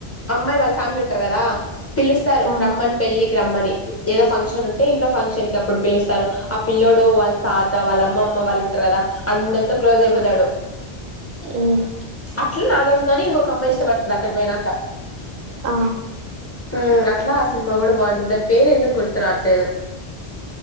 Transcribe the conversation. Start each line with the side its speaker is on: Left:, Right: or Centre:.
Left: అమ్మాయి వాళ్ళ ఫ్యామిలీ ఉంటారు కదా. పిలుస్తారు
Right: ఆ
Left: రమ్మని పెళ్ళికి రమ్మని. ఏదో ఫంక్షన్ ఉంటే, ఇంట్లో ఫంక్షన్‌కి అప్పుడు పిలుస్తారు. ఆ పిల్లోడు వాళ్ళ తాత వాళ్ళ అమ్మమ్మ వాళ్ళు ఉంటారు కదా. అందరితో క్లోజ్ అయిపోతాడు.
Right: ఉమ్
Left: అట్లా నాగార్జునని ఇంకొక అమ్మాయి ఇష్ట. ష్టపడుతుంది అక్కడ పోయినాక.
Right: ఆ
Left: ఉమ్ అట్లా ఆ సినిమా కూడా బాగుంటుంది దాని పేరు ఎందుకు గుర్తు రాట్లేదు.